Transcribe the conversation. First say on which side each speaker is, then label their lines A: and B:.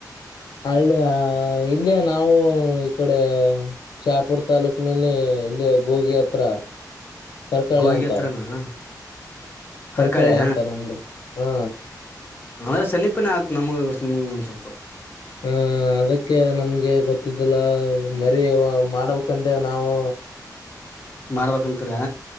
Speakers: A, on the left; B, on the left.
A: ಹಳ್ಳಿ ಇಲ್ಲಿ ನಾವು ಈ ಕಡೆ ಶಾಪುರ್ ತಾಲೂಕಿನಲ್ಲಿ ಇಲ್ಲಿ ಗೋಗಿ ಹತ್ರ ಕರ್ಕಳಿ
B: ಗೋಗಿ
A: ಅಂತ
B: ಹತ್ರನ ಕರ್ಕಳೆ
A: ಕರ್ಕಳಿ ಅಂತ ನಮ್ದು ಹಾ
B: ೆ ಸನ್ನಿಪನೇ ಆಗ್ತು ನಮಗೆ ನಿಮಗ ಒಂದು ಸ್ವಲ್ಪ
A: ಹ ಅದಕ್ಕೆ ನಮ್ಗೆ ಗೊತ್ತಿದ್ದಿಲ್ಲ ಮರಿೀ ಮಾಡ್ಬೇಕಂದ ನಾವು
B: ಮಾಡ್ಬೇಕಂತರಾ